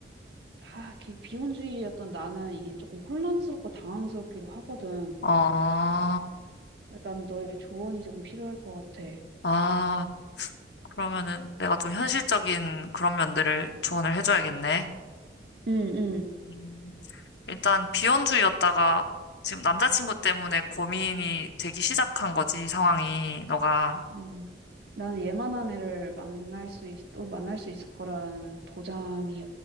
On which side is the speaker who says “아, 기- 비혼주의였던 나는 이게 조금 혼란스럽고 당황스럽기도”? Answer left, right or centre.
Right